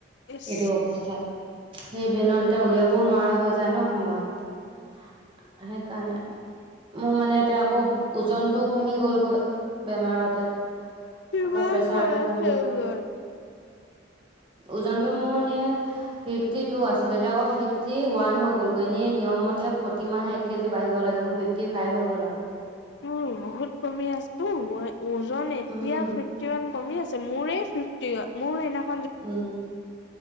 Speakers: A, on the left (about 65°); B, on the right (about 30°).
A: ইচ
B: এইটো অৱস্থাত সেই বেনত এতিয়া উলিয়াবও নোৱাৰা হৈ যায় ন সময়ত সেইকাৰণে মোৰ মানে এতিয়া আকৌ ওজনটো কমি গ'লগৈ বেমাৰতে
A: কিমান
B: আকৌ প্ৰেচাৰটো
A: হৈ আছে
B: কমি
A: ওজন
B: গ'ল ওজনটো মোৰ এনেই ফিফটি টো আছিল এতিয়া আকৌ ফিফটি ৱান হৈ গল এনে নিয়ম মতে প্ৰতি মাহে এক কেজি বাঢ়িব লাগে মই ফিফটি ফাইভ হব লাগে
A: উম বহুত কমি আছো মই ওজন এতিয়া
B: উম
A: ফিফটিৱান কমি আছে মোৰে ফিফটি হয় মোৰ সেই
B: উ